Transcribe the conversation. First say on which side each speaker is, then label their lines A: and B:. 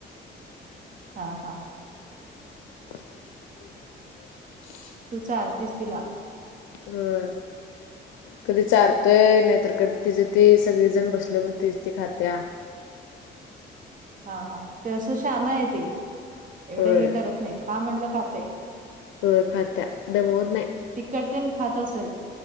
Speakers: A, on the right (about 40°); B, on the left (about 85°).
A: हा हा.
B: <inaudible> <inaudible>
A: तू चारतीस तिला.
B: होय कधी चारतोय नाहीतर कधी तिज ते सगळे जण बसलो म्हण तीच ती खात्या.
A: हा हा ते असं छान आहे ते. एवढं
B: होय.
A: हे करत नाही खा म्हणलं खातय.
B: होय खात्या दमवत नाही
A: तिखट तेन खात असेल.